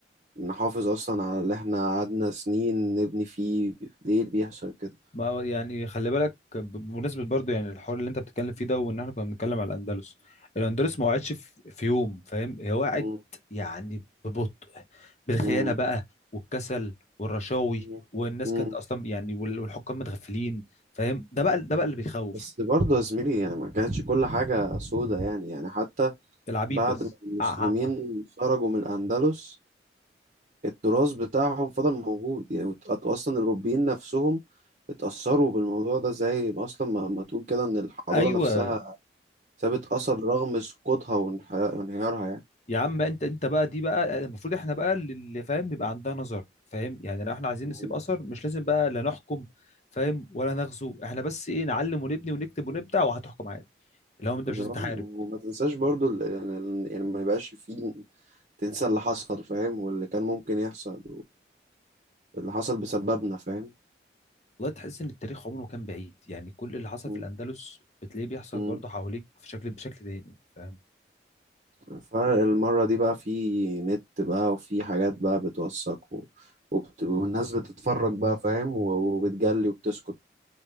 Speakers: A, on the right (about 45°); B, on the left (about 40°).
A: نحافظ اصلا على اللي احنا قعدنا سنين نبني فيه ليه اللي بيحصل كده
B: ما هو يعني خلي بالك ب- بمناسبة برضه يعني الحوار اللي انت بتتكلم فيه ده وان احنا كنا بنتكلم على الاندلس الاندلس ما وقعتش في في يوم فاهم هي وقعت
A: مم.
B: يعني ببطء بالخيانة
A: مم.
B: بقى والكسل والرشاوي
A: مم.
B: والناس
A: مم.
B: كانت اصلا يعني وال- والحكام متغفلين فاهم ده بقى ده بقى اللي بيخوف
A: بس برضه يا زميلي يعني ما كانتش كل حاجة سودة يعني يعني حتى
B: العبيد
A: بعد
B: بس
A: ما المسلمين
B: آه.
A: خرجوا من الأندلس التراث بتاعهم فضل موجود يعني وت- أصلا الأوروبيين نفسهم اتأثروا بالموضوع ده زي ما أصلا ما ما تقول كده إن الحضارة
B: ايوه
A: نفسها سابت أثر رغم سقوطها وانحيا- وانهيارها يعني
B: يا عم بقى. انت انت بقى دي بقى المفروض احنا بقى اللي فاهم يبقى عندها نظر فاهم يعني لو احنا عايزين
A: مم.
B: نسيب اثر مش لازم بقى لا نحكم فاهم ولا نغزو احنا بس ايه نعلم ونبني ونكتب ونبدع وهتحكم عادي اللي هو انت
A: وما
B: مش لازم تحارب
A: تنساش برضو ال- يعني ال- يعني ما يبقاش فيه تنسى اللي حصل فاهم واللي كان ممكن يحصل واللي حصل بسببنا فاهم
B: والله تحس ان التاريخ عمره كان بعيد يعني كل اللي حصل
A: مم.
B: في الاندلس بتلاقيه بيحصل
A: مم.
B: برضه حواليك في شكل بشكل تاني فاهم
A: فالمرة دي بقى في نت بقى وفي حاجات بقى بتوثق و... وبت... والناس بتتفرج بقى فاهم و- وبتجلي وبتسكت